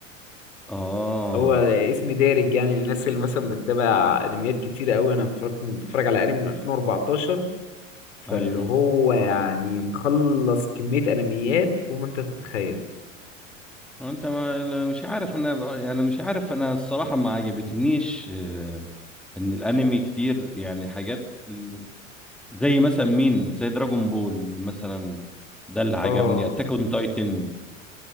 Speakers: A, in the centre; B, on the left (about 65°).
A: اه
B: هو اسم دارج يعني الناس اللي مثلا بتتابع انميات كتير قوي انا بتفرج بتفرج على انمي من 2014 فاللي
A: ايوه
B: هو يعني مخلص كمية انميات فوق ما انت تتخيل
A: هو انت ما لا- مش عارف انا يعني مش عارف انا الصراحه ما عجبتنيش آه، ان الانمي كتير يعني حاجات ال- زي مثلا مين زي دراجون بول مثلا ده اللي عجبني
B: اه
A: اتاك اون تايتن